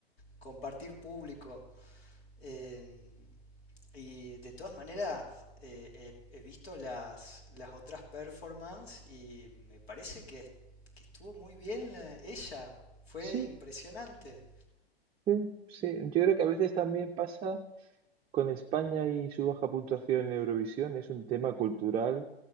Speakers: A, on the left; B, on the right.
A: compartir público. Eh, y de todas maneras, eh, he, he visto las, las otras performances y me parece que, que estuvo muy bien ella. Fue
B: sí
A: impresionante.
B: Sí, sí, yo creo que a veces también pasa. Con España y su baja puntuación en Eurovisión es un tema cultural